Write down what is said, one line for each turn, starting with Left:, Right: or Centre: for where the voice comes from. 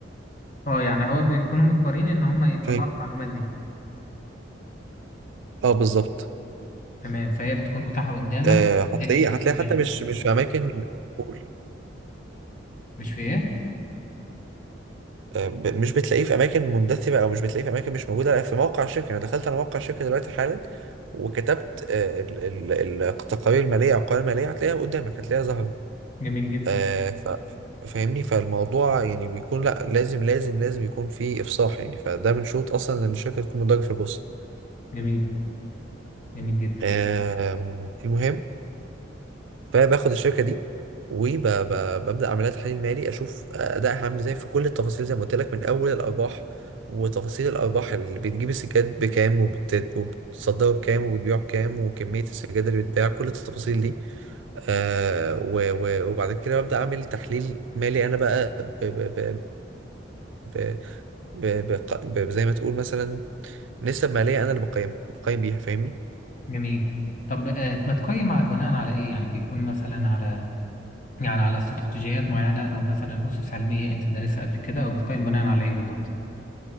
Left: اه يعني هو بيكونوا مجبرين ان هم يطلعوا
Right: فاهم؟
Left: المعلومات دي
Right: اه بالظبط
Left: تمام فهي بتكون متاحة قدامك
Right: آه، هتلاقيه
Left: إيه اللي انت
Right: هتلاقيه
Left: بتدرسه
Right: حتى مش مش في اماكن قول
Left: مش في ايه
Right: آه، ب- مش بتلاقيه في اماكن مندثره او مش بتلاقيه في اماكن مش موجوده لا في موقع الشركه انا دخلت على موقع الشركه دلوقتي حالا وكتبت آه، ال- ال- التقارير الماليه او القوائم الماليه هتلاقيها قدامك هتلاقيها ظاهره
Left: جميل جدا
Right: آه، ف- فاهمني فالموضوع يعني بيكون لا لازم لازم لازم يكون في افصاح يعني فده من شروط اصلا ان الشركه تكون مدرجه في البورصه
Left: جميل جميل جدا
Right: آم، المهم فباخد الشركه دي وببدا اعمل لها تحليل مالي اشوف ادائها عامل ازاي في كل التفاصيل زي ما قلت لك من اول الارباح وتفاصيل الارباح اللي بتجيب السجاد بكام وبت- وبتصدره بكام وبتبيعه بكام وكميه السجاد اللي بتباع كل التفاصيل دي آه و- و- وبعد كده ببدا اعمل تحليل مالي انا بقى ب ب ب ب ب ب ب زي ما تقول مثلا نسب ماليه انا اللي بقيمها بقيم بيها فاهمني
Left: جميل طب آه، بتقيم ع- بناء على ايه يعني بيكون مثلا على يعني على استراتيجيات معينة او مثلا اسس علمية انت دارسها قبل كده او بتقيم بناء على ايه بالظبط